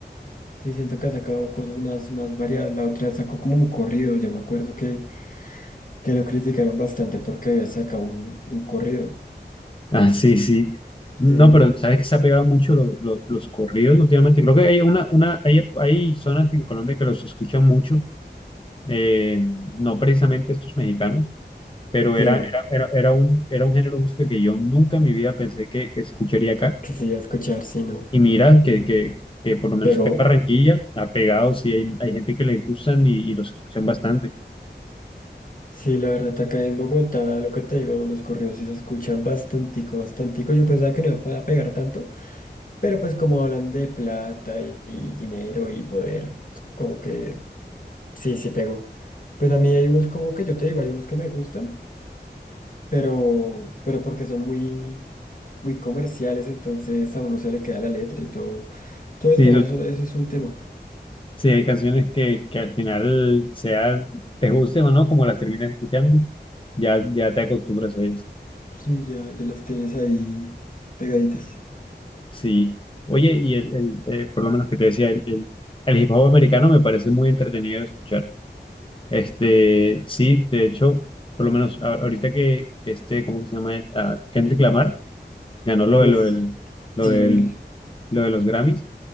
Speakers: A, on the left; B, on the left.
A: Sí, siento que ha sacado cosas más, más variadas. La otra sacó como un corrido, yo me acuerdo que, que lo criticaron bastante porque había sacado un, un corrido.
B: Ah, sí, sí. No,
A: Sí,
B: pero sabes que se ha pegado mucho lo- lo- los corridos últimamente. Creo que hay una, una, hay, hay zonas en Colombia que los escuchan mucho, eh, no precisamente estos mexicanos, pero
A: sí,
B: era,
A: no.
B: era, era, era un, era un género de música que yo nunca en mi vida pensé que, que se escucharía acá.
A: Quisiera escuchar, sí, no.
B: Y mira que, que, que por lo menos
A: Pegó.
B: acá en Barranquilla ha pegado, sí, hay, hay gente que le gustan y, y los escuchan bastante.
A: Sí, la verdad, acá en Bogotá, lo que te digo, los correos sí se escuchan bastantico, bastantico. Yo pensaba que no iba a pegar tanto, pero pues como hablan de plata y, y dinero y poder, como que sí, sí pegó. Pues a mí hay unos como que yo te digo, hay unos que me gustan, pero, pero porque son muy, muy comerciales, entonces a uno se le queda la letra y todo, todo
B: Sí,
A: el tema, eso, eso es un tema.
B: Sí, hay canciones que, que al final sean, te gusten o no, como las terminas escuchando, ya, ya te acostumbras a ellas.
A: Sí, ya, ya las tienes ahí pegaditas.
B: Sí. Oye, y el, el, eh, por lo menos que te decía, el, el, el hip hop americano me parece muy entretenido de escuchar. Este, sí, de hecho, por lo menos a- ahorita que que este, ¿cómo que se llama? Ah, Kendrick Lamar ganó lo
A: Uf,
B: de, lo del, lo
A: sí,
B: del,
A: el,
B: lo de los Grammys